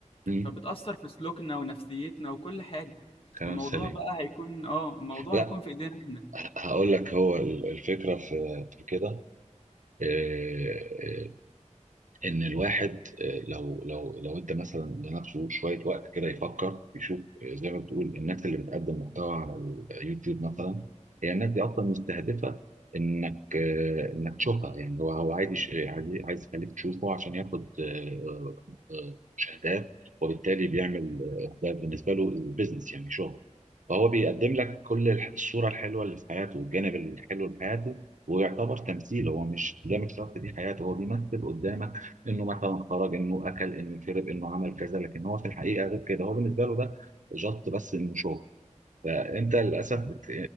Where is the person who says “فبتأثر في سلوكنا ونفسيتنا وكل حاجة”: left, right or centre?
Left